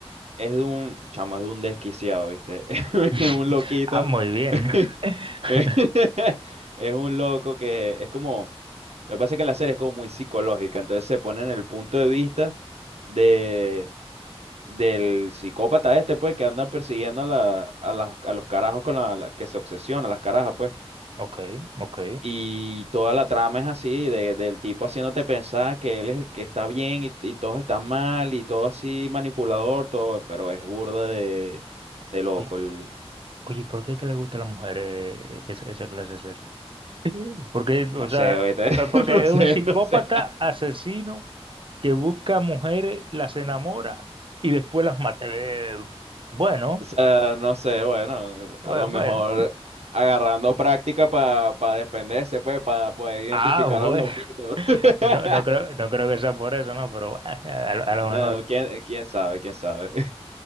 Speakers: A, on the right; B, on the right.
A: es de un, chamo, es de un desquiciado, ¿viste? <laughs>
B: <laughs>
A: Es un loquito.
B: Ah, muy bien.
A: <laughs>
B: <laughs>
A: <laughs> Es un loco que es como, lo que pasa es que la serie es como muy psicológica, entonces se pone en el punto de vista de del psicópata este, pues, que anda persiguiendo a la, a las- a los carajos con la, la- que se obsesiona, las carajas, pues.
B: Ok, ok.
A: Y toda la trama es así, de, del tipo haciéndote pensar que él es el que está bien y, y todos están mal y todo así manipulador, todo, pero es burda de, de loco,
B: Oye,
A: el-
B: oye, ¿por qué es que le gusta a las mujeres esa, esa clase de serie? <laughs> Porque, o
A: no
B: sea,
A: sé, oíste,
B: pues, porque
A: <laughs> no sé,
B: es un psicópata
A: no sé.
B: asesino que busca mujeres, las enamora y después las mata. Eh, bueno,
A: O sea, no sé, bueno,
B: bue-
A: a lo mejor
B: bueno.
A: agarrando práctica para defenderse, pues, para poder identificar
B: Ah, bueno,
A: a los loquitos.
B: <laughs>
A: <laughs>
B: no, no creo, no creo que sea por eso, no, pero ah, a, lo a lo
A: Bueno,
B: mejor.
A: ¿quién, quién sabe? ¿Quién sabe?